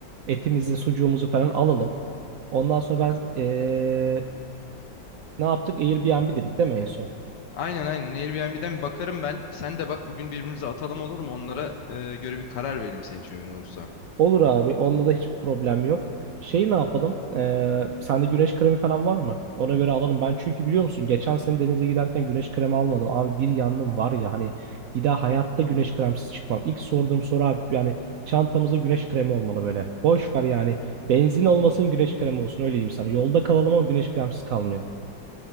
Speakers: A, on the right (about 75°); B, on the left (about 75°).
A: Etimizi, sucuğumuzu falan alalım. Ondan sonra ben ee, ne yaptık? Airbnb dedik değil mi en son?
B: Aynen aynen Airbnb'den bir bakarım ben. Sen de bak bugün birbirimize atalım olur mu? Onlara e, göre bir karar verelim senin için uygun olursa.
A: Olur abi. Onda da hiçbir problem yok. Şey ne yapalım? Ee, sende güneş kremi falan var mı? Ona göre alalım. Ben çünkü biliyor musun geçen sene denize giderken güneş kremi almadım. Abi bir yandım var ya hani bir daha hayatta güneş kremsiz çıkmam. İlk sorduğum soru abi yani çantamızda güneş kremi olmalı böyle. Boş ver yani. Benzin olmasın güneş kremi olsun öyle diyeyim sana. Yolda kalalım ama güneş kremsiz kalmayalım.